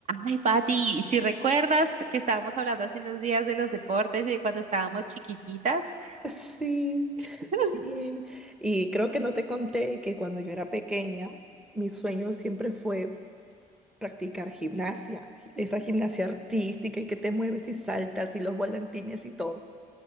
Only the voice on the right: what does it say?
Ay, Pati, si recuerdas que estábamos hablando hace unos días de los deportes y de cuando estábamos chiquititas,
<laughs>